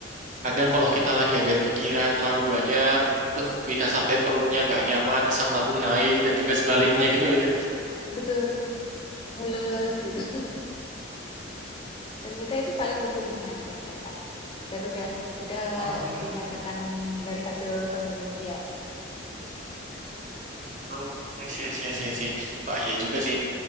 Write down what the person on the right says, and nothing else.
kadang kalau kita lagi ada pikiran terlalu banyak terus bisa sampai perutnya nggak nyaman, asam lambung naik dan juga sebaliknya
gitu
ya.
Oh,
oh, I see, I see, I see, I see. Wah, iya juga sih.